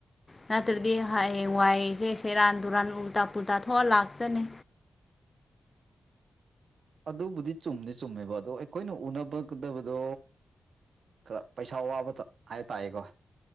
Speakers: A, on the left (about 20°); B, on the right (about 70°).
A: ꯅꯠꯇ꯭ꯔꯗꯤ ꯍꯥꯏ ꯌꯦꯋꯥꯏꯖꯦ ꯁꯦꯔꯥꯟ ꯇꯨꯔꯥꯟ ꯎꯜꯇꯥ ꯄꯨꯜꯇꯥ ꯊꯣꯛꯑ ꯂꯥꯛꯆꯅꯤ
B: ꯑꯗꯨꯕꯨꯗꯤ ꯆꯨꯝꯗꯤ ꯆꯨꯝꯃꯦꯕ ꯑꯗꯣ ꯑꯩꯈꯣꯏꯅ ꯎꯅꯕꯒꯗꯕꯗꯣ ꯈꯔ ꯄꯩꯁꯥ ꯋꯥꯕ ꯍꯥꯏ ꯇꯌꯦꯀꯣ